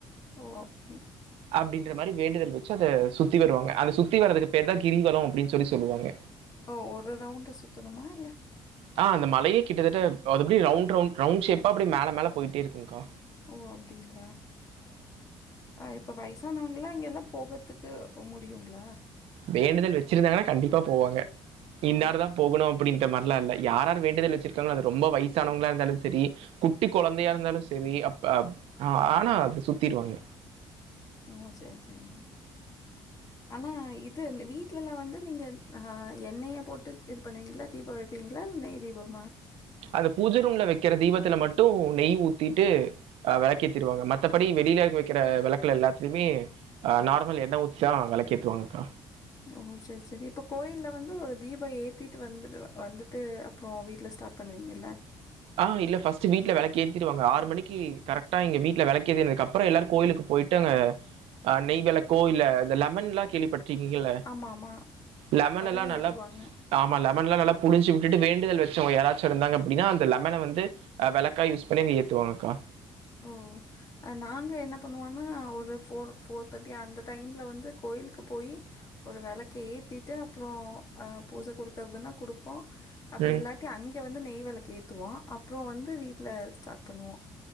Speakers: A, on the left; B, on the right.
A: ஓ அப்புடி
B: அப்டின்ற மாரி வேண்டுதல் வெச்சு அத சுத்தி வருவாங்க அத சுத்தி வர்றதுக்கு பேர்தா கிரிவலோ அப்டீ சொல்லி சொல்லுவாங்க
A: ஓ ஒரு ரவுண்டு சுத்தணுமா இல்ல
B: ஆ அந்த மலையே கிட்டத்தட்டப் அது அப்டி ரவுண்ட் ரவுண்ட் ரவுண்ட் ஷேப்பா அப்டி மேல மேல போயிட்டே இருக்கோக்கா
A: ஓ அப்டீங்களா ஆ இப்ப வயசானவங்களா இங்கல்லா போகத்துக்கு முடியுங்களா
B: வேண்டுதல் வெச்சிருந்தாங்கன்னா கண்டிப்பா போவாங்க இன்னாரு
A: ஓ!
B: தா போகணோ அப்டீன்ற மாரிலா இல்ல யாரார் வேண்டுதல் வெச்சுருக்காங்களோ அது ரொம்ப வயசானவங்களா இருந்தாலு செரி குட்டி கொழந்தையா இருந்தாலு செரி அப் அப ஹா ஆனா அத சுத்திருவாங்க
A: ஓ செரி செரிங்க ஆனா இது இந் வீட்லலா வந்து நீங்க அ எண்ணெய போட்டு இது பண்ணுவீங்களா தீப வெய்ப்பீங்களா இல்ல நெய் தீபமா
B: அது பூஜ ரூம்ல வெக்கிற தீபத்துல மட்டோ நெய் ஊத்திட்டு அ வெளக் ஏத்திருவாங்க மத்தபடி வெளில வெக்கிற வெளக்குல எல்லாத்துலுமே ஆ நார்மல் எண்ண ஊத்திதா வெளக்கேத்து வாங்கக்கா
A: ஓ செரி செரி இப்ப கோயில்ல வந்து ஒரு தீபோ ஏத்திட்டு வந்துடுவா வந்துட்டு அப் றோ வீட்ல ஸ்டார்ட் பண்ணுவீங்கல்ல
B: ஆ இல்ல ஃபர்ஸ்ட்டு வீட்ல வெளக்க ஏத்திருவாங்க ஆறு மணிக்கு கரெக்டா எங்க வீட்ல வெளக்கு ஏதினதுக்கு அப்புறோ எல்லாரு கோயிலுக்கு போயிட்டு அங்க ஆ நெய் வெளக்கோ இல்ல இந்த லெமன்லா கேள்விப்பட் ருக்கீங்கள
A: ஆமாமா.
B: லெமன்
A: அதுல
B: எல்லா நல்லா
A: ஏத்துவாங்க.
B: ஆமா லெமன்லா புழுஞ்சு விட்டுட்டு வேண்டுதல் வச்சவங்க யாராச்சு இருந்தாங்க அப்டின்னா அந்த லெ மன வந்து ஆ வெளக்கா யூஸ் பண்ணி அங்க ஏத்துவாங்கக்கா
A: ஓ ஆ நாங்க என்ன பண்ணுவோன்னா ஒரு ஃபோர் ஃபோர் தேர்ட்டி அந்த டைம்ல வந்து கோயிலுக்கு போய் ஒரு வெளக்கு ஏத்திட்டு அப்புற ஆ பூஜ குடுக்கறதுன்னா குடுப்போ அப்டி
B: ம்.
A: இல்லாட்டி அங்க வந்து நெய் வெளக்கு ஏத்துவோ அப்புற வந்து வீட்ல ஸ்டார்ட் பண்ணுவோ